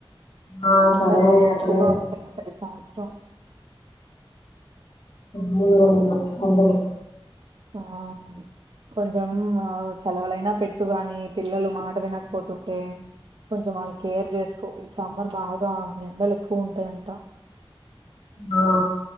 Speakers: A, on the left; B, on the right.
A: ఆ సరేనే
B: ఎండలు బాగా
A: అసలు
B: ఎక్కువగా ఉంటాయట ఈ సంవత్సరం
A: మూడు వందల వందలు
B: ఆ కొంచెం సెలవులైనా పెట్టు కానీ పిల్లలు మాట వినకపోతుంటే కొంచెం వాళ్ళు కేర్ చేసుకో ఈ సమ్మర్ బాగా ఎండలు ఎక్కువ ఉంటాయంట
A: ఆ